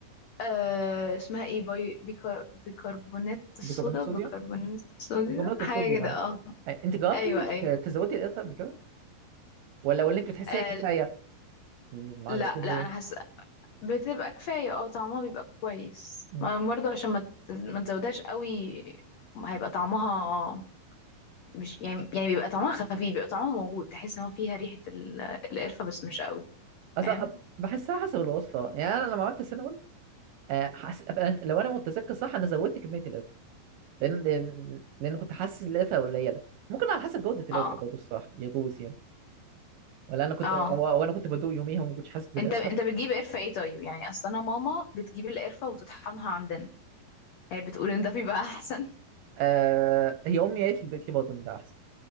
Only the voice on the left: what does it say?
آه اسمها ايه بي... بيكر... بيكربونات الصودا
بيكربونات الصودا
حاجة
كده
اه
ايوه ايوه
آه
لا لا
انا بتبقى كفاية اه طعمها بيبقى كويس
ما- برضه عشان ما ت- ما تزودهاش قوي هيبقى طعمها مش يعني يعني بيبقى طعمها خفيف بيبقى طعمها موجود تحس ان هو فيها ريحة ال- القرفة بس مش قوي
فاهم
اه
اه
انت انت بتجيب قرفة ايه طيب يعني اصل انا ماما بتجيب القرفة وتطحنها عندنا هي بتقول ان ده بيبقى <laughs> احسن